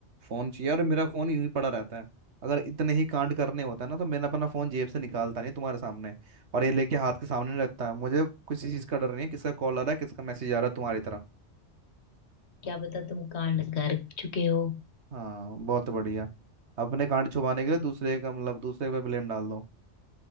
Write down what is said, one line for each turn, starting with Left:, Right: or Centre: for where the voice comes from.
Right: फोन चाहिए और मेरा फोन यूं ही पड़ा रहता है अगर इतने ही कांड करने होता है ना तो मैंने अपना फोन जेब से निकालता नहीं तुम्हारे सामने और ये लेके हाथ के सामने नहीं रखता है मुझे किसी चीज का डर नहीं है किसका कॉल आ रहा है किसका मैसेज आ रहा है तुम्हारी तरह
Left: क्या पता तुम कांड कर चुके हो
Right: हाँ बहुत बढ़िया अपने कांड छुपाने के लिए दूसरे का मतलब दूसरे पे ब्लेम डाल दो